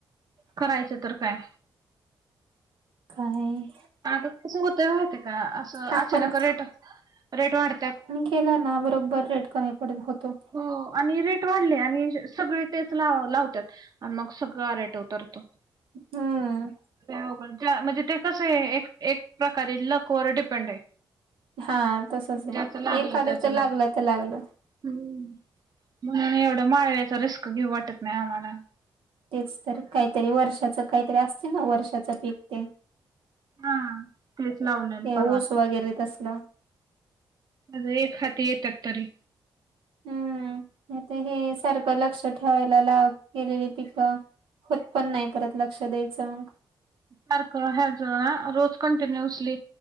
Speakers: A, on the right; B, on the right.
A: करायचं तर काय?
B: काही
A: आता कसं होतंय माहिते का! असं
B: आपण
A: अचानक रेट रेट वाढत्यात.
B: केला ना बरोबर रेट कमी पडत होतो.
A: हो आणि रेट वाढले आणि सगळे तेच लावतात. आणि मग सगळं रेट उतरतो.
B: हम्म
A: लई अवघड म्हणजे ते कस आहे एक एक प्रकारे लक वर डिपेंड आहे.
B: हा तसच आहे
A: ज्याचं लागलं
B: एखाद्याच
A: त्याचं
B: लागलं तर लागलं.
A: हम्म! म्हणून एवढं माळव्याचा रिस्क घेऊ वाटत नाही आम्हाला.
B: तेच तर काहीतरी वर्षाच काहीतरी असते ना वर्षाच पीक तेन.
A: हा तेच लावलेल
B: हे
A: परवडत
B: ऊस वगैरे तसलं.
A: लई खाते तरतरी.
B: हम्म! आता हे सारखं लक्ष ठेवायला केलेली पिकं. होत पण नाही परत लक्ष द्यायचं.
A: सारखं ह्या जो आ रोज कंटिन्युअसली